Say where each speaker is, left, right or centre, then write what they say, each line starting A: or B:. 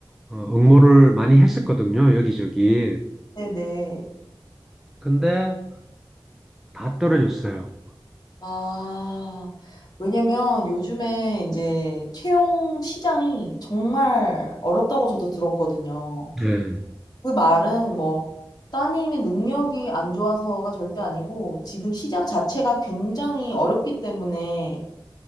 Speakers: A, in the centre; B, on the left (about 45°).
A: 어, 응모를 많이 했었거든요. 여기저기.
B: 네네.
A: 근데 다 떨어졌어요.
B: 아, 왜냐면 요즘에 이제 채용 시장이 정말 어렵다고 저도 들었거든요.
A: 예.
B: 그 말은 뭐 따님의 능력이 안 좋아서가 절대 아니고 지금 시장 자체가 굉장히 어렵기 때문에